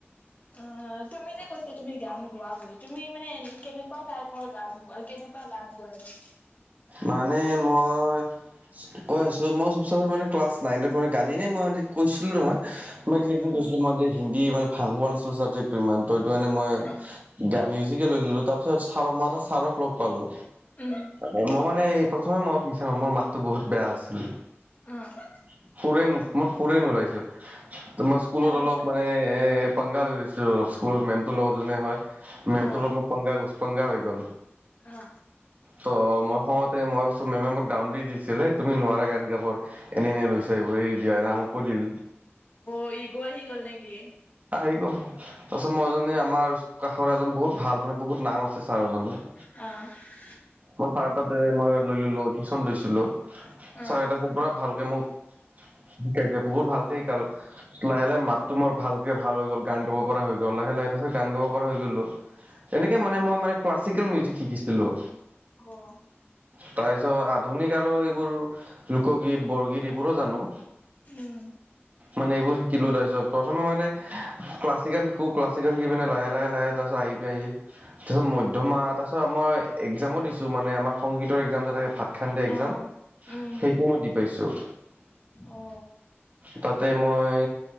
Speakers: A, on the left; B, on the right.
A: অ', তুমি যে কৈছিলা, তুমি গান গোৱা বুলি, তুমি মানে কেনেকুৱা টাইপৰ গান গোৱা কেনেকুৱা গান গোৱাই?
B: মানে, মই কৈ আছোঁ। মই চবচে <unintelligible> মানে ক্লাছ নাইনৰ পৰা গান <unintelligible> কৈছিলো নহয়। তোমাক যে একদিন
A: অ
B: কৈছিলো। মই যে হিন্দী ইমান ভাল পোৱা নাছিলোঁ, চাবজেক্টটো ইমান ত'সেইটো কাৰণে মই
A: উম
B: গা মিউজিকে লৈ ললো। তাৰপিছত ছাৰক মই এটা ছাৰক লগ পালোঁ।
A: উম'।
B: এই, মই মানে এই প্ৰথমে মই শুনিছোঁ মোৰ মাতটো বহুত বেয়া আছিল।
A: উ',
B: <unintelligible> মই খুৰেইন ওলাইছো। তোমাৰ স্কুলত
A: তাৰপিছত
B: অলপ মানে এ পাংগা লৈ লৈছিলো। স্কুলত মেমটোৰ লগত যোনে হয়। মেমটোৰ
A: অ
B: লগত মোক পাংগা, উষ পাংগা হৈ গ'ল।
A: অহ',
B: ত' মই খঙতে মই ভাবছোঁ, মেমে মোক ডাউন দি দিছিল হে তুমি নোৱাৰা গান গাব। এনে, এনে, লৈছা এইবোৰ এই জেৰা মোকো দিল।
A: অ' ইগ' আহি গ'ল নেকি?
B: আহ <inaudible> তাৰপিছত, মই এজনী আমাৰ কাষৰ এজন বহুত ভাল, মানে বহুত নাম আছে ছাৰ এজনৰ।
A: অহ',
B: মই ছাৰ তাতে মই লৈ ললো টিউশচন লৈছিলোঁ। ছাৰে
A: অ
B: তাৰপিছত পুৰা ভালকে মোক শিকাইছে। বহুত ভালকে শিকাল লাহে, লাহে, মাতটো মোৰ ভালকে ভাল হৈ গ'ল। গান গাব পৰা হৈ গ'ল। লাহে লাহে তাৰপিছত গান গাব পৰা হৈ গ'লো।
A: <inaudible>
B: তেনেকে মানে
A: অ
B: মই মানে ক্লাছিকেল মিউজিক শিকিছিলোঁ।
A: অহ'
B: তাৰপিছত আধুনিক আৰু এইবোৰ লোকগীত, বৰগীত এইবোৰো জানো।
A: উম'
B: মানে এইবোৰ শিকিলো তাৰপিছত প্ৰথমে মানে ক্লাছিকেল শিকো ক্লাছিকেল শিকি পিনে লাহে লাহে লাহে। তাৰ পাছত আহি প আহি তাৰপিছত মধ্যমাহ তাৰ পিছত আমাৰ এক্সাম দিছো মানেমাৰ সংগত একসাম থে ভাত। খানডে এক্জাম
A: অ উম
B: সেইটোও মই দি পাইছো।
A: অ
B: তাতে মই।